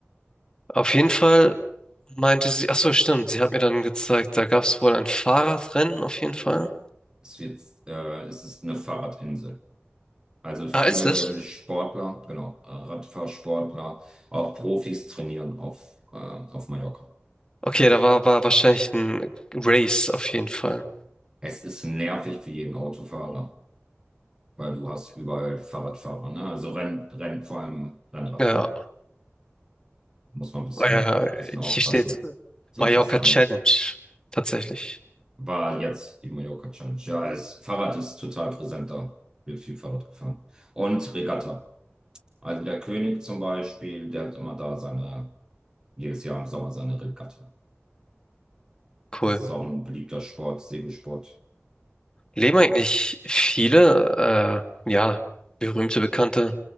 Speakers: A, on the left; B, on the right.
A: Auf jeden Fall meinte sie, ach so, stimmt, sie hat mir dann gezeigt, da gab es wohl ein Fahrradrennen auf jeden Fall.
B: Es wird, äh, es ist eine Fahrradinsel. Also viele
A: Ah, ist es?
B: Sportler, genau, äh, Radfahrsportler, auch Profis trainieren auf, äh, auf Mallorca.
A: Okay, da war aber wahrscheinlich ein Race auf jeden Fall.
B: Es ist nervig für jeden Autofahrer, weil du hast überall Fahrradfahrer, ne? Also Renn, Renn, vor allem Rennrad.
A: Ja,
B: Muss man ein bisschen,
A: äh,
B: bisschen aufpassen.
A: hier steht
B: Sonst
A: Mallorca
B: was sein.
A: Challenge. Tatsächlich.
B: War jetzt die Mallorca Challenge. Ja, es, Fahrrad ist total präsent da. Wird viel Fahrrad gefahren. Und Regatta. Also der König zum Beispiel, der hat immer da seine, jedes Jahr im Sommer seine Regatta.
A: Cool.
B: Das ist auch ein beliebter Sport, Segelsport.
A: Leben eigentlich viele, äh, ja, berühmte, bekannte